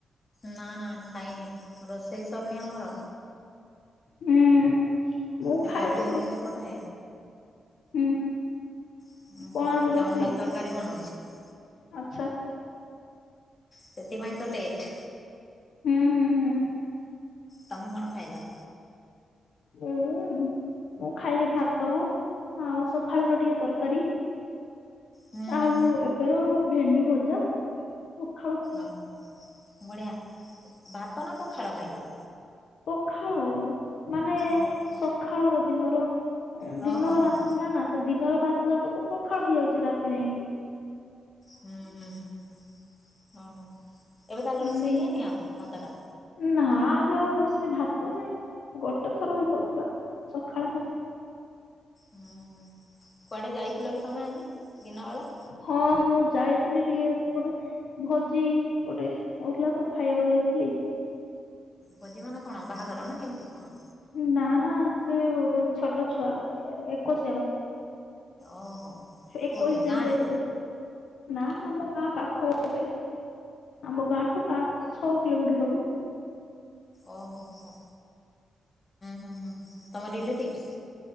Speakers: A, on the left; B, on the left.
A: ନା ନା ଖାଇନି, ରୋଷେଇ ସରିନି ଆମର।
B: ହୁଁ। ମୁଁ
A: ସେ
B: ଖାଇଦେଲି
A: ବନଉଚି ସେପଟେ।
B: ହୁଁ।
A: ଉଁ
B: କଣ ଆଜି ରୋଷେଇ?
A: ହୁଁ।
B: ଆଚ୍ଛା।
A: ସେଥିପାଇଁ ତ ଲେଟ୍।
B: ହୁଁ ହୁଁ ହୁଁ।
A: ତମେ କଣ ଖାଇଲ?
B: ମୁଁ ମୁଁ ଖାଇଲି ଭାତ ଆଉ ସଖାଳର ଟିକେ ତରକାରୀ।
A: ହୁଁ ହୁଁ
B: ଆଉ ଏବେର ଭେଣ୍ଡି ଭଜା, ପଖାଳ।
A: ଓହଃ ବଢ଼ିଆ। ଭାତ ନା ପଖାଳ ଖାଇଲ?
B: ପଖାଳ ମାନେ
A: ଓହୋ
B: ସଖାଳର ଦିନର
A: ହଁ
B: ଦିନର
A: ହଁ ହଁ
B: ଭାତ। ନା ନା ସେ ଦିନର ଭାତଯାକ ତ ପଖାଳ ହେଇଯାଉଚି ରାତି ଯାକେ।
A: ହୁଁ ହୁଁ ହୁଁ। ଓହଃ ଏବେ ତାହେଲେ
B: ହୁଁ।
A: ରୋଷେଇ ହେଇନି ଆଉ ଭାତ ଟା?
B: ନା ଏବେ ଆଉ ରୋଷେଇ ଭାତ ନାହିଁ। ଗୋଟେ ଥର ହେଇଥାଉଛି ସଖାଳେ ଖାଲି।
A: ହୁଁ ହୁଁ। କୁଆଡେ ଯାଇଥିଲ କି ତମେ ଆଜି ଦିନବେଳା।
B: ହଁ ମୁଁ ଯାଇଥିଲି ଟିକେ ଏପଟେ ଭୋଜି ଗୋଟେ ହେଉଥିଲା ତ ଖାଇବାକୁ ଯାଇଥିଲି।
A: ଭୋଜିମାନେ କଣ ବାହାଘର, ନା କେମିତି କଣ?
B: ନା ନା ସେ ଗୋଟେ ଛୋଟ ଛୁଆ ଏ-ଏକୋଇଶିଆ।
A: ଓହୋ।
B: ଏକୋଇଶି
A: କେଉଁଠି
B: ଦିନରେ
A: ଗାଁରେ
B: ଯୋଉ। ନାଁ ଆମ ଗାଁ ପାଖ ଗୋଟେ। ଆମ ଗାଁଠୁ ପାଞ୍ଚ ଛଅ କିଲୋମିଟର ହବ।
A: ଓହୋ ହୋ ହୁଁ ହୁଁ ତମ ରିଲେଟିଭିସ୍।